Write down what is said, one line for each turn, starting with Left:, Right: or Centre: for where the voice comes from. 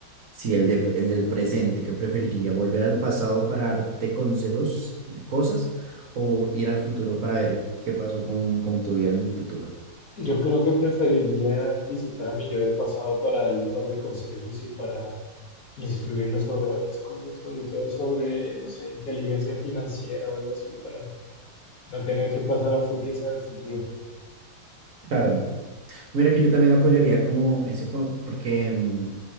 Right: Sí, el de, el del presente, ¿qué preferiría? ¿Volver al pasado para darte consejos de cosas o ir al futuro para ver qué pasó con, con tu vida en el futuro?
Left: Yo creo que preferiría visitar a mi yo del pasado para darle un par de consejos y para instruirlo sobre varias cosas, sobre todo sobre, no sé, inteligencia financiera o algo así, para no tener que pasar a fugias en el futuro.
Right: Claro. Mira que yo también apoyaría como ese, co- porque mm,